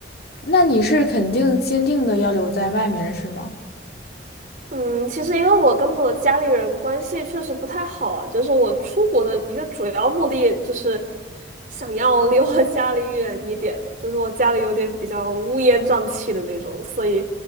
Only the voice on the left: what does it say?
那你是肯定坚定的要留在外面是吗？